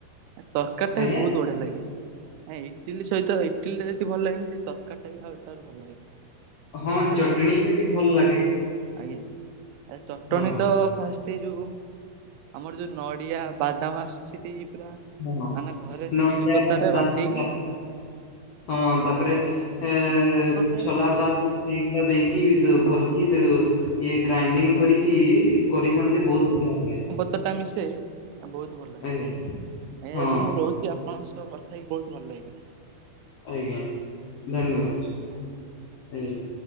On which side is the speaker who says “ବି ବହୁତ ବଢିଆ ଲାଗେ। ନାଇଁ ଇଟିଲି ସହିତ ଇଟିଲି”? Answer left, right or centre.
Right